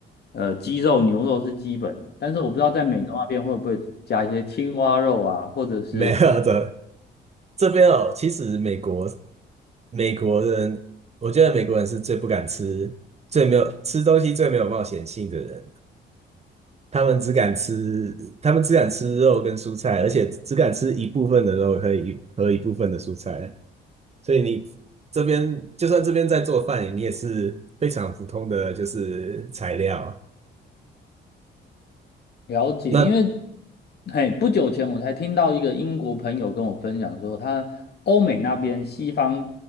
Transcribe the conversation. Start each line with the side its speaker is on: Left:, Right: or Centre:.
Left: 呃鸡肉、牛肉是基本的，但是我不知道在美洲那边会不会加一些青蛙肉啊，或者是
Right: <laughs> 没有的，这边哦，其实美国美国人，我觉得美国人是最不敢吃、最没有吃东西最没有冒险性的人。他们只敢吃，他们只敢吃肉跟蔬菜，而且只敢吃一部分的肉和一和一部分的蔬菜。所以你这边就算这边在做饭，你也是非常普通的就是材料。
Left: 了解，
Right: 那
Left: 因为嘿，不久前我才听到一个英国朋友跟我分享说，他欧美那边西方